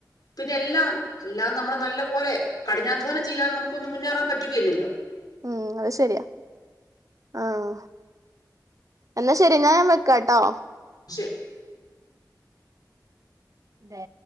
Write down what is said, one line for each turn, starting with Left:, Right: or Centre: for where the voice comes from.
Left: പിന്നെ എല്ലാം എല്ലാം നമ്മള് നല്ല പോലെ കഠിനാധ്വാനം ചെയ്യാതെ നമുകൊന്നും മുന്നേറാൻ പറ്റുകയില്ലല്ലോ
Right: ഉം അത് ശരിയാ ആഹ് എന്നാ ശരി ഞാൻ വെക്കാട്ടോ
Left: വിഷ്
Right: തെ